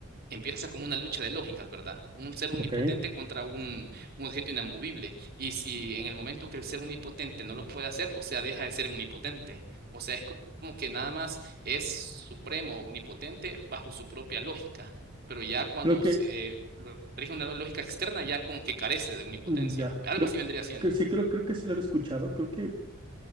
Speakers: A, on the right (about 50°); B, on the right (about 25°).
A: empieza como una lucha de lógicas, ¿verdad? Un ser omnipotente
B: ok.
A: contra un, un objeto inamovible. Y si en el momento que el ser omnipotente no lo puede hacer, o sea, deja de ser omnipotente. O sea, es co- como que nada más es supremo, o omnipotente bajo su propia lógica. Pero ya cuando
B: Creo que,
A: se lo rige una lógica externa, ya como que carece de omnipotencia.
B: mm, ya,
A: Algo
B: creo
A: así vendría siendo.
B: que sí, creo, creo que sí lo había escuchado. Creo que